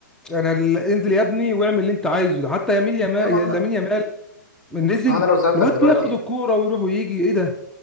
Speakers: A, in the centre; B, on the left.
A: انا ال- انزل يا ابني واعمل اللي انت عايزه ده حتى يمين يمال
B: ايوه ما انا
A: لامين يامال نزل
B: ما انا لو سالتك
A: الواد
B: دلوقتي
A: بياخد الكوره ويروح ويجي ايه ده